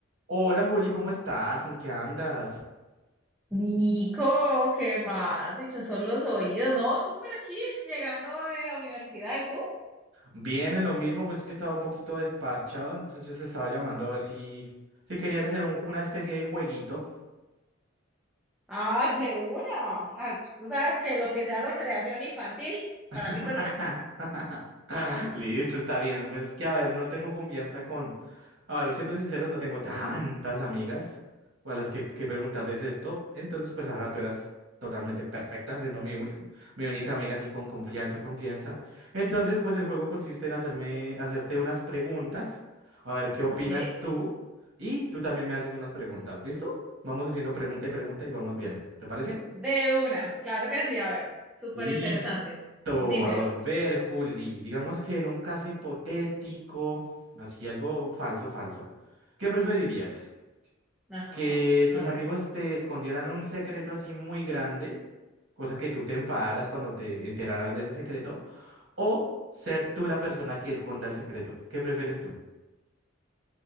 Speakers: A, on the right (about 70°); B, in the centre.
A: Hola Juli, ¿cómo estás? ¿En qué andas?
B: Nico, ¿qué más? Dicho son los oídos, ¿no? Súper aquí, llegando de la universidad. ¿Y tú?
A: Bien, en lo mismo, pues es que estaba un poquito desparchado, entonces estaba llamando a ver si, si querías hacer un- una especie de jueguito.
B: Ay, de una. Ah, pues, tú sabes que lo que sea recreación infantil, para
A: <laughs>
B: mí perfecta.
A: <laughs> Listo, está bien. Pues es que, a ver, no tengo confianza con... A ver, siendo sinceros, no tengo tantas amigas o a las que, que preguntarles esto. Entonces, pues, ajá, tú eras totalmente perfecta, siendo mi, ul- mi única amiga así con confianza, confianza. Entonces, pues, el juego consiste en hacerme, hacerte unas preguntas. A ver, ¿qué opinas
B: Ok.
A: tú? Y tú también me haces unas preguntas, ¿listo? Vamos haciendo pregunta y pregunta y vamos viendo. ¿Te parece?
B: De una. Claro que sí. A ver, súper
A: Listo.
B: interesante. Dímelo.
A: A ver, Juli, digamos que en un caso hipotético, así algo falso, falso, ¿qué preferirías?
B: Ajá.
A: ¿Que
B: A
A: tus
B: ver.
A: amigos te escondieran un secreto así muy grande, cosa que tú te enfadaras cuando te enteraras de ese secreto, o ser tú la persona que esconda el secreto? ¿Qué prefieres tú?